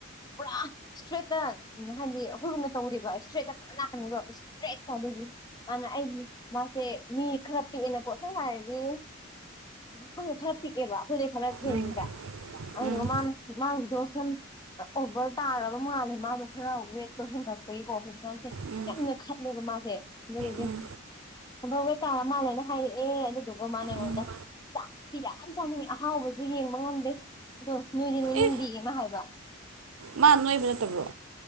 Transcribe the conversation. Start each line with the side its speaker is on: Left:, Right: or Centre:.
Left: ꯄꯨꯔꯥ ꯏꯁꯇ꯭ꯔꯦꯠꯇ ꯍꯥꯏꯗꯤ ꯑꯩꯈꯣꯏꯒꯨꯝꯅ ꯇꯧꯗꯦꯕ ꯏꯁꯇ꯭ꯔꯦꯠꯇ ꯄꯨꯔꯥ ꯂꯅꯥꯀꯅꯤꯕ ꯏꯁꯇ꯭ꯔꯦꯠꯇ ꯑꯗꯨꯒꯤ ꯃꯥꯅ ꯑꯩꯗꯤ ꯃꯥꯁꯦ ꯃꯤ ꯈꯔ ꯄꯤꯛꯑꯦꯅ ꯀꯣ ꯑꯁꯦꯡꯕ ꯍꯥꯏꯔꯗꯤ ꯈꯪꯗꯦ ꯈꯔ ꯄꯤꯛꯑꯦꯕ ꯑꯩꯈꯣꯏꯗ ꯈꯔ ꯍꯦꯟꯅꯤꯕ
Right: ꯎꯝ ꯎꯝ ꯎꯝ
Left: ꯑꯗꯨꯗꯨꯒ ꯃꯥꯅ ꯃꯥꯒꯤꯗꯣ ꯑꯣꯞꯁꯟ ꯑꯣꯚꯔ ꯇꯥꯔꯕ ꯃꯥꯜꯂꯦ ꯃꯥꯗꯣ ꯈꯔ ꯋꯦꯠꯇꯣ ꯍꯦꯟꯒꯠꯄꯒꯤꯀꯣ ꯍꯧꯖꯤꯛꯀꯥꯟꯁꯦ
Right: ꯎꯝ
Left: ꯌꯥꯝ ꯅꯣꯢ ꯈꯠꯂꯦꯕ ꯃꯥꯁꯦ ꯑꯗꯨꯗꯨꯒꯤ
Right: ꯎꯝ
Left: ꯑꯗꯨ ꯋꯦꯛ ꯇꯥꯔ ꯃꯥꯜꯂꯦꯅ ꯍꯥꯏꯔꯛꯑꯦ ꯑꯗꯨꯗꯨꯒ ꯃꯥꯅ ꯑꯩꯉꯣꯟꯗ
Right: ꯎꯝ
Left: ꯆꯥꯛꯇꯤ ꯌꯥꯝ ꯆꯥꯅꯤꯡꯉꯦ ꯑꯍꯥꯎꯕꯁꯨ ꯌꯦꯡꯕ ꯉꯝꯗꯦ ꯑꯗꯣ ꯅꯣꯏꯗꯤ ꯅꯣꯏꯅꯤꯡꯗꯦꯌꯦ
Right: ꯑꯦ
Left: ꯃꯥ ꯍꯥꯏꯕ
Right: ꯃꯥ ꯅꯣꯏꯕ ꯅꯠꯇꯕ꯭ꯔꯣ